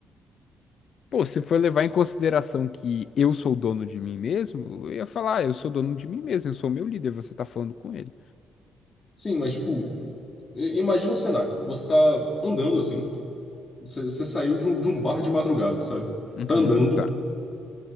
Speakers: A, on the left; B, on the left.
A: Pô, se for levar em consideração que eu sou dono de mim mesmo, eu ia falar, "Ah, eu sou dono de mim mesmo, eu sou meu líder, você tá falando com ele.
B: Sim, mas, tipo, i- imagina o cenário. Você tá andando assim. Você você saiu de um, de um bar de madrugada, sabe? Você
A: Uhum,
B: tá andando,
A: tá.